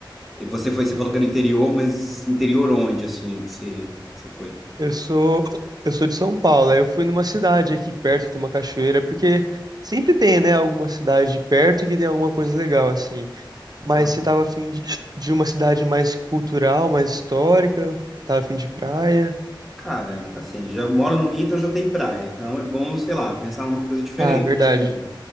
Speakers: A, in the centre; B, on the right (about 50°).
A: e você foi, você falou que era interior, mas interior onde, assim, que você, que você foi?
B: Eu sou eu sou de São Paulo. Aí eu fui numa cidade aqui perto que tem uma cachoeira, porque sempre tem, né, alguma cidade perto que tem alguma coisa legal assim. Mas
A: Ah,
B: você tava afim de, de uma cidade mais cultural, mais histórica? Tava afim de praia?
A: cara, assim, já moro no Rio, então já tem praia, então é bom, sei lá, pensar numa coisa diferente,
B: Ah, verdade.
A: assim.